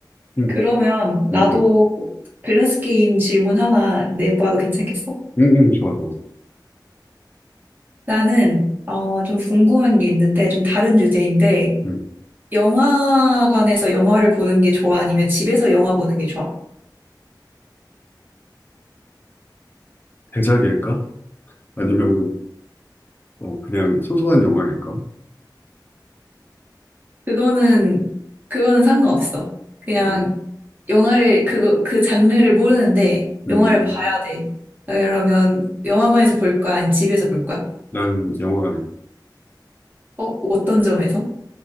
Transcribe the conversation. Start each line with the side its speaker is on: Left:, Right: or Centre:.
Left: 응,
Right: 그러면 나도
Left: 응, 응,
Right: 밸런스 게임 질문 하나 내봐도 괜찮겠어?
Left: 응, 응, 좋아, 좋아.
Right: 나는, 어, 좀 궁금한 게 있는데, 좀 다른 주제인데,
Left: 응.
Right: 영화관에서 영화를 보는 게 좋아? 아니면 집에서 영화 보는 게 좋아?
Left: 대작일까? 아니면 어, 그냥 소소한 영화일까?
Right: 그거는, 그거는 상관없어. 그냥
Left: 음,
Right: 영화를 그거 그 장르를 모르는데
Left: 음,
Right: 영화를 봐야 돼. 그러면 영화관에서 볼 거야? 아니면 집에서 볼 거야?
Left: 난 영화관.
Right: 어? 어떤 점에서?